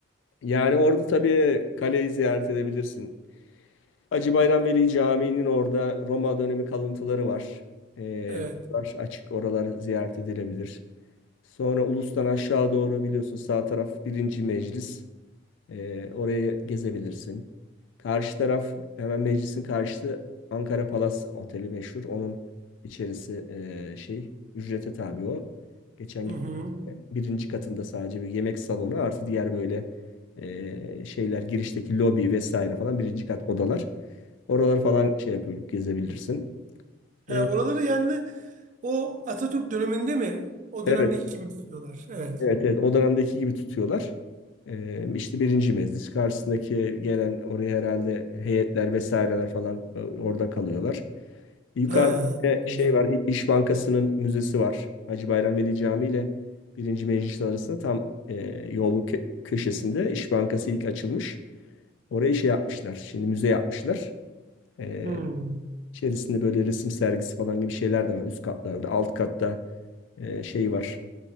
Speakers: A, on the left (about 80°); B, on the right (about 40°).
A: Yani orada tabii kaleyi ziyaret edebilirsin. Hacı Bayram Veli Camii'nin orada Roma dönemi kalıntıları var. Ee,
B: Evet.
A: oralar açık, oralar ziyaret edilebilir. Sonra Ulus'tan aşağı doğru biliyorsun sağ taraf birinci meclis. Ee, orayı gezebilirsin. Karşı taraf hemen meclisin karşısı Ankara Palas Oteli meşhur. Onun içerisi e, şey ücrete tabi o. Geçen
B: Hı
A: git
B: hı.
A: birinci katında sadece bir yemek salonu artı diğer böyle e, şeyler girişteki lobi vesaire falan birinci kat odalar. Oralar falan şey yapıp gezebilirsin.
B: Ha,
A: E,
B: oraları yani o Atatürk döneminde mi? O
A: evet.
B: dönemdeki gibi mi istiyorlar? Evet.
A: Evet, evet o dönemdeki gibi tutuyorlar. Ee, işte birinci meclis karşısındaki gelen oraya herhalde heyetler vesaireler falan e, orada kalıyorlar. Yukarıda
B: Ha.
A: bir
B: Anladım.
A: şey var İ- İş Bankası'nın müzesi var. Hacı Bayram Veli Camii ile birinci meclis arasında tam e, yolun kö- köşesinde İş Bankası ilk açılmış. Oraya şey yapmışlar şimdi müze yapmışlar. Ee,
B: Hı.
A: içerisinde böyle resim sergisi falan gibi şeyler de var üst katlarda. Alt katta e, şey var